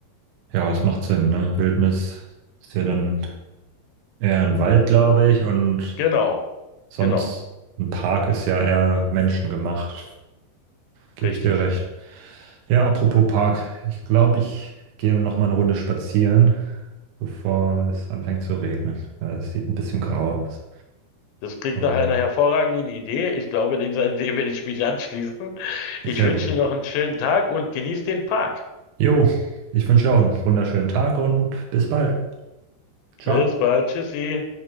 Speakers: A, on the right; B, on the left.
A: Ja, es macht Sinn, ne? Wildnis ist ja dann eher ein Wald, glaube ich, und
B: Genau,
A: sonst
B: genau,
A: ein Park ist ja eher menschengemacht. Gebe
B: richtig.
A: ich dir recht. Ja, apropos Park, ich glaube, ich gehe noch mal eine Runde spazieren, bevor es anfängt zu regnen. Weil Es sieht ein bisschen grau aus.
B: Das klingt
A: Und
B: nach einer hervorragenden Idee. Ich glaube, dieser Idee werde ich mich anschließen.
A: sehr
B: Ich wünsche
A: gut.
B: dir noch einen schönen Tag und genieß den Park.
A: Jo, ich wünsche dir auch einen wunderschönen Tag und bis bald. Ciao.
B: Bis bald. Tschüssi.